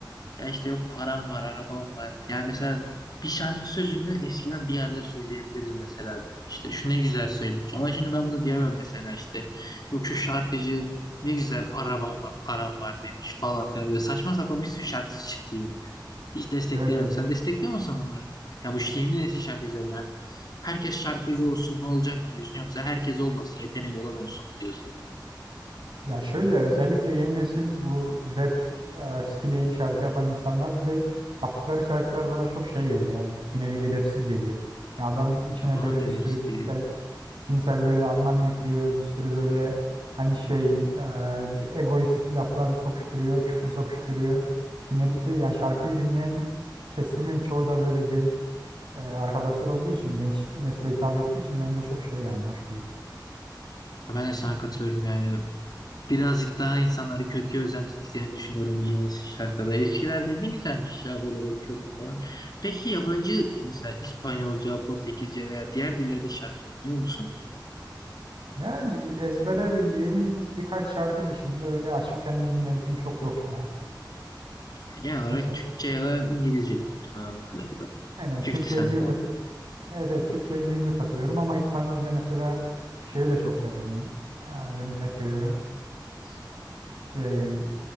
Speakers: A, on the left (about 55°); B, on the right (about 80°).
A: Ya işte yok param var, arabam var. Ya mesela bir şarkı sözünü eskiden bir yerde söyleyebilirdim mesela. İşte şu ne güzel söylemiş. Ama şimdi ben bunu diyemem mesela işte. Yok şu şarkıcı ne güzel arabam var, param var demiş falan filan. Böyle saçma sapan bir sürü şarkıcı çıktı yeni ya. Hiç desteklemiyorum.
B: Evet evet.
A: Sen destekliyor musun bunları? Ya bu yeni nesil şarkıcılar yani. Herkes şarkıcı olsun ne olacak mı diyorsun? Yoksa herkes olmasın, yeteneği olan olsun mu diyorsun?
B: Ya şöyle özellikle yeni nesil bu rap e, stili şarkı yapan insanlar bir de yaptıkları şarkılar bana çok şey geliyor ya bir nevi edepsiz geliyor. Ya adam içine
A: Ya bana
B: böyle
A: da hepsi
B: bir sürü cinsel
A: geliyor.
B: cinsel böyle anlam yüklüyor, bir sürü böyle hani şey e, egoist laflar sokuşturuyor, küfür sokuşturuyor. Dinledikleri yani şarkıyı dinleyen kesimin çoğu da böyle genç e, arkadaşlar olduğu için genç nesile hitap ettiği için bence çok şey yani hoş değil.
A: Ya Ben de sana katılıyorum yani. Birazcık daha insanları kötüye özendirdiklerini düşünüyorum bu yeni şarkıda. Eskilerde ne güzelmiş ya böyle bakıyorum falan. Peki yabancı mesela İspanyolca, Portekizce veya diğer dillerde şarkı dinliyor musun?
B: Yani ezbere bildiğim birkaç şarkı dışında öyle açıp kendi dinlediğim çok yok ya.
A: Yani Genel olarak
B: Mesela
A: Türkçe ya da İngilizce dinliyorsun anladığım kadarıyla.
B: aynen Türkçe
A: 50 Cent
B: İngilizce
A: falan.
B: evet, evet Türkçe İngilizce takılıyorum ama İspanyolca mesela şeyi de çok severim. Ha, örnek veriyorum. S- Şey